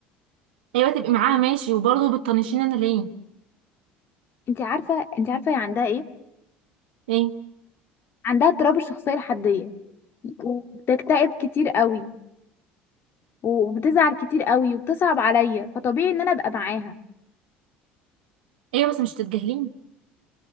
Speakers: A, on the right (about 85°); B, on the left (about 45°).
A: ايوه تبقي معاها ماشي وبرضو بتطنشيني انا ليه
B: انت عارفه انت عارفه هي عندها ايه
A: ليه
B: عندها اضطراب الشخصيه الحديه وبتكتئب كتير قوي وبتزعل كتير قوي وبتصعب عليا فطبيعي ان انا ابقى معاها
A: ايوه بس مش تتجاهليني